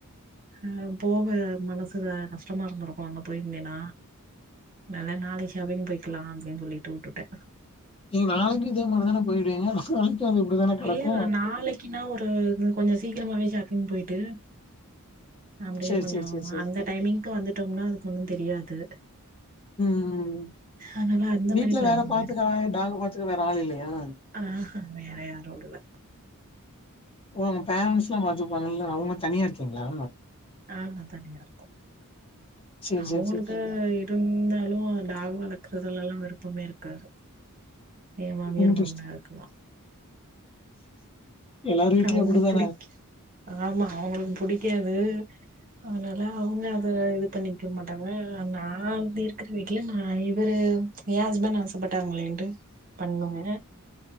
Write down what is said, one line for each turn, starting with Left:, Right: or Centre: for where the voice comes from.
Right: ஆ போக மனசுல கஷ்டமாருந்துருக்கு அங்க போய்ருந்தேனா நல்லா நாளைக்கி அதையு போய்க்கலா அப்டின் சொல்லீட்டு உட்டுட்டே
Left: நீங்க நாளைக்கியு இதே மாரிதான போய்டுவீங்க து அப்ப இப்டிதான கெடக்கு
Right: இல்லல நாளைக்கின்னா ஒரு கொஞ்சோ சீக்கரமாவே ஷாப்பிங் போயிட்டு அப்டியே
Left: சேரி
Right: கொஞ்சோ
Left: சேரி சேரி சேரி
Right: அந்த டைமிங்க்கு வந்துட்டோம்னா அதுக்கு ஒன்னு தெரியாது
Left: ம் ம்
Right: அதனால அந்த
Left: வீட்ல
Right: மாரி பிளான்
Left: வேற
Right: பண்ணிடுவோ
Left: பாத்துக்கா டாக்க பாத்துக்க வேற ஆள் இல்லையா
Right: ஆ வேற யாருல்ல
Left: ஓ உங்க பேரன்ட்ஸ்ல்லா பாத்துப்பாங்கள்ள அவுங்க தனியா இருக்கீங்களா
Right: ஆமா தனியாருக்கோ
Left: சேரி
Right: அவங்களுக்கு
Left: சேரி சேரி
Right: இப் ட்டுன்ந்தாலு டாகு வளக்கறதெல்லா விருப்பமே இருக்காது எ மாமியர்
Left: இன்ட்ரெஸ்டிங்
Right: மாமனாருக்கெல்லா
Left: எல்லார் வீட்லயு
Right: அவுங்களுக்கு
Left: அப்டிதான
Right: புடிக் ஆமா அவுங்களுக்கு புடிக்காது அதனால அவுங்க அத இது பண்ணிக்க மாட்டாங்க நா வந்து இருக்கற வீட்ல நா இவரு எ ஹஸ்பண்ட் ஆசப்பட்டாங்களேன்ட்டு பண்ணுவே